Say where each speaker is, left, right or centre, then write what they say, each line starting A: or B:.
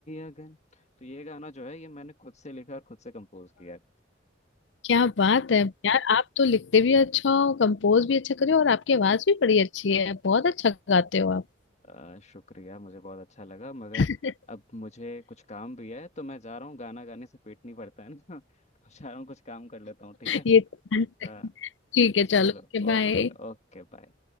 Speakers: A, on the left; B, on the left.
A: अगन तो ये गाना जो है ये मैंने खुद से लिखा और खुद से कंपोज किया है
B: क्या बात है यार आप तो लिखते भी अच्छा हो कंपोज भी अच्छा करे हो, और आपकी आवाज भी बड़ी अच्छी है बहुत अच्छा गाते हो आप
A: <laughs> अ, शुक्रिया मुझे बहुत अच्छा लगा मगर
B: <laughs>
A: अब मुझे कुछ काम भी है तो मैं जा रहा हूँ गाना गाने से पेट नहीं भरता है ना <laughs> जा रहा हूँ कुछ काम कर लेता हूँ ठीक है
B: ये तो
A: अ,
B: ठीक है चलो
A: चलो
B: बाय
A: ओके ओके बाय